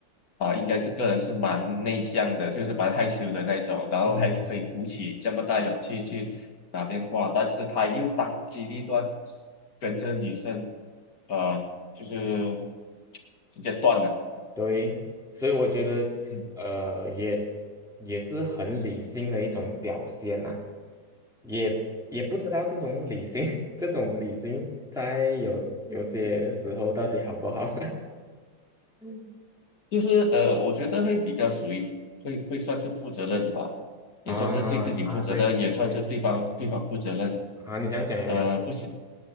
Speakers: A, on the left (about 50°); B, in the centre.
A: 啊，应该是个人是蛮内向的，就是蛮害羞的那种，然后还是可以鼓起这么大勇气去打电话，
B: 嗯，
A: 但是他又当机立断跟这女生，呃，就是直接断了。
B: 对，所以我觉得，
A: 嗯
B: 呃，也也是很理性的一种表现呐、也也不知道这种理性，<laughs> 这种理性在有有些时候到底好不好 <laughs>
A: 就是呃，我觉得会比较属于会会算是负责任的吧，
B: 啊啊？
A: 也算是对自己负责任，
B: 对对
A: 也算是对方对方负责任。
B: 啊，你这样讲也没有错
A: 呃，不是